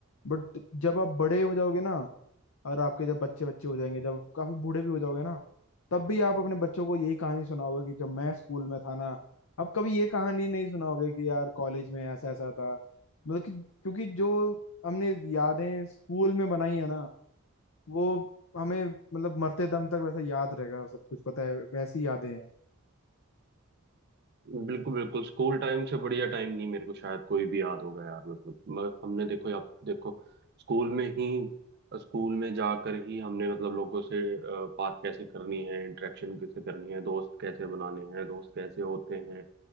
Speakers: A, on the left; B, on the right.
A: बट जब आप बड़े हो जाओगे ना और आपके जब बच्चे बच्चे हो जाएंगे जब काफी बूढ़े भी हो जाओगे ना तब भी आप अपने बच्चों को यही कहानी सुनाओगे कि जब मैं स्कूल में था ना अब कभी ये कहानी नहीं सुनाओगे कि यार कॉलेज में ऐसा ऐसा था मतलब कि क्योंकि जो हमने यादें स्कूल में बनाई है ना वो हमें मतलब मरते दम तक वैसा याद रहेगा सब कुछ पता है वैसी यादें हैं
B: बिल्कुल बिल्कुल स्कूल टाइम से बढ़िया टाइम नहीं मेरे को शायद कोई भी याद होगा यार मतलब म- हमने देखो आप देखो स्कूल में ही स्कूल में जाकर ही हमने मतलब लोगों से अ, बात कैसे करनी है इंटरेक्शन कैसे करनी है दोस्त कैसे बनाने हैं दोस्त कैसे होते हैं